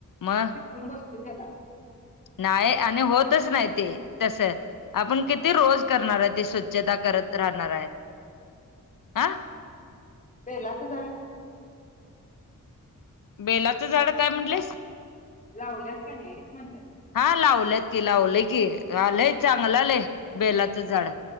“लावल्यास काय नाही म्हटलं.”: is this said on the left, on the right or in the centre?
Left